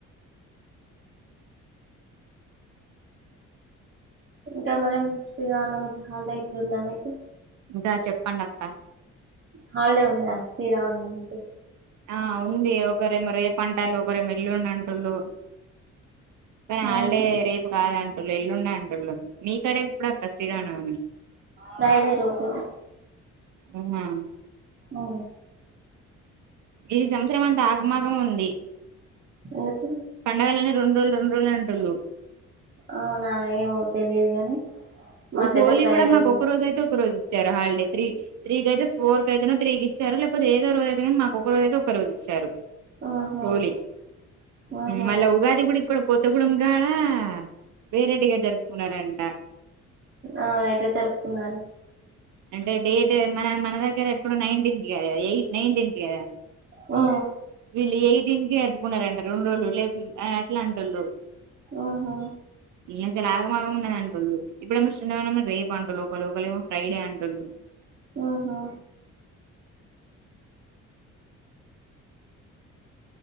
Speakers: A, on the right; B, on the right.
A: ఇంకా మరేం శ్రీరామానవమి కి హాలిడే ఇట్లుందా మీకు
B: ఇంకా చెప్పండి అక్కా
A: హాలిడే ఉందా శ్రీరామా నవమి కి
B: ఆ ఉంది ఒకరేమో రేపు అంటారు ఒకరేమో ఎల్లుండి అంటూళ్ళు కానీ హాలిడే
A: ఆహా
B: రేపు కాదు అంటుళ్ళు ఎల్లుండే అంటుళ్ళు మీ కడే ఎప్పుడూ అక్కా శ్రీ రామనవమి
A: ఫ్రైడే రోజు
B: ఔనా
A: ఓ
B: ఈ సంవత్సరం అంత ఆగమాగం ఉంది
A: ఎందుకు
B: పండగలనే రెండు రోజులు రెండు రోజుల అంటూళ్ళు
A: అవునా ఏమో తెలిదు గాని మాకైతే
B: హోలీ
A: ఫ్రైడేనే
B: కూడా మాకు ఒక రోజు అయితే ఒక రోజు ఇచ్చారు హాలిడే త్రీ త్రీకి అయితే ఫోర్ క అయితే తీకి ఇచ్చారు. లేకపోతే ఏదో రోజు అయితే మాకు ఒక రోజు అయితే ఒక రోజు ఇచ్చారు.
A: ఆహా
B: హోలీ
A: ఆహా
B: మళ్ళా ఉగాది గుడా ఇక్కడ కొత్తగూడెం గాడ వేరేటిగా జరుపుకున్నారంట
A: ఆ ఎట్లా జరుపుకున్నారు
B: అంటే డేట్ మన మన దగ్గర ఎప్పుడు నైన్టీన్త్ కద ఎయిట్ నైన్టీన్ కి కదా
A: ఆ
B: వీళ్ళు ఎయిటీన్త్ కే జరుపుకున్నారంట రెండు రోజులు లే అట్లే అంటోళ్ళు
A: ఆహా
B: ఈ అసలు అగా మాగం ఉన్నాది అంటుళ్ళు ఇప్పుడు ఏమో శ్రీ రామ నవమి రేపు అంటున్నారు ఓక ఒకలేమో ఫ్రైడే అంటోళ్ళు
A: ఆహా